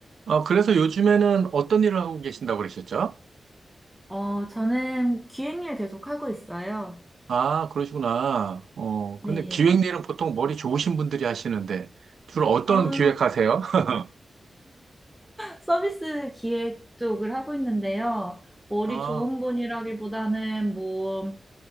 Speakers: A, on the right (about 80°); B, in the centre.
A: 아, 그래서 요즘에는 어떤 일을 하고 계신다고 그러셨죠?
B: 어, 저는 기획일 계속 하고 있어요.
A: 아, 그러시구나. 어,
B: 네.
A: 근데 기획 일은 보통 머리 좋으신 분들이 하시는데, 주로 어떤
B: 아,
A: 기획하세요? <laughs>
B: 서비스 기획 쪽을 하고 있는데요. 머리
A: 아,
B: 좋은 분이라기보다는 뭐,